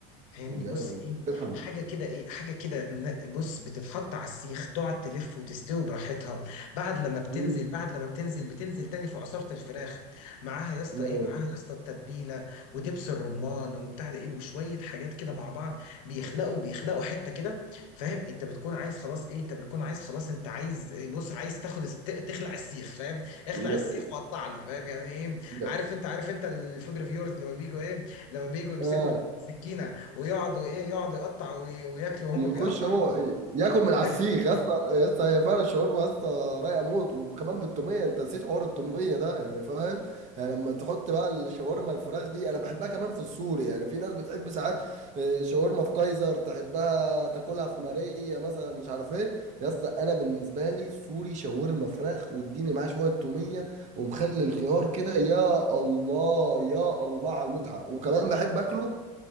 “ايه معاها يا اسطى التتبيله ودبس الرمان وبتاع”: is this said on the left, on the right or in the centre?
Left